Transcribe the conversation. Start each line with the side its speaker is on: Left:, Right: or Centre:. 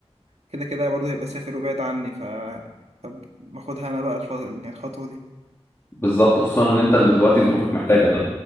Right: كده كده برضه هيبقى سافر وبعيد عني ف طب باخدها أنا بقى الف... يعني الخطوة دي
Left: بالظبط خصوصا ان انت اللي دلوقتي ظروفك محتاجه ده